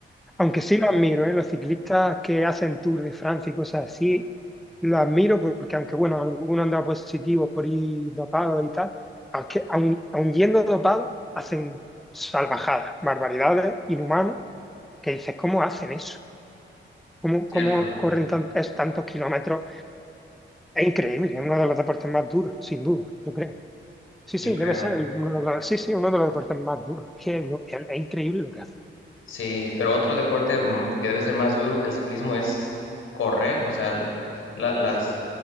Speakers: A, in the centre; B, on the left (about 90°).
A: Aunque sí lo admiro, ¿eh? Los ciclistas que hacen Tour de Francia y cosas así, lo admiro porque aunque, bueno, algunos han dado positivos por ir dopados y tal, aunque, aun, aun yendo dopados, hacen salvajadas, barbaridades, inhumanos, que dices, ¿cómo hacen eso? ¿Cómo,
B: Cierto,
A: cómo corren tan- es- tantos kilómetros? Es increíble, es uno de los deportes más duros, sin duda, yo creo. Sí,
B: yo
A: sí,
B: creo.
A: debe ser, el- uno de los- sí, sí, uno de los deportes más duros. Que es, lo- es, es increíble lo que hacen.
B: Sí, pero otro deporte mm, que debe ser más duro que el ciclismo es correr, o sea, la- las,